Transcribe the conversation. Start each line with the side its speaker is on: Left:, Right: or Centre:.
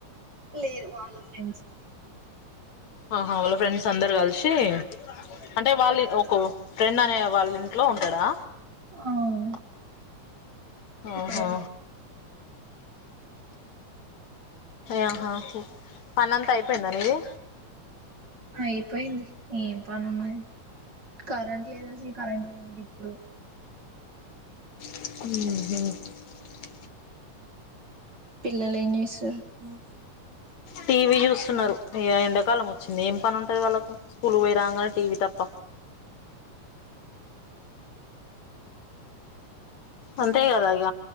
Right: లేరూ వాళ్ళు ఫ్రెండ్స్
Left: ఆహ వాళ్ళ ఫ్రెండ్స్ అందరు కలిసి అంటే వాళ్ళ ఒక ఫ్రెండ్ అనే వాళ్ళ ఇంట్లో ఉంటాడా
Right: అవును క్కడే
Left: ఆహా ఆహా పన్నంతా అయిపోయిందా నీది
Right: అయిపోయింది ఏం పని ఉన్నది కరెంట్ లేదు అసలు కరెంట్ పోయింది ఇప్పుడు
Left: ఉ
Right: పిల్లలు ఏం చేస్తుర్రు
Left: టీవీ చ న్నారు ఈ ఎండాకాలం వచ్చింది ఏం పని ఉంటది వాళ్ళకు స్కూలు పోయి రాంగనే టీవీ తప్ప అంతే గద ఇగ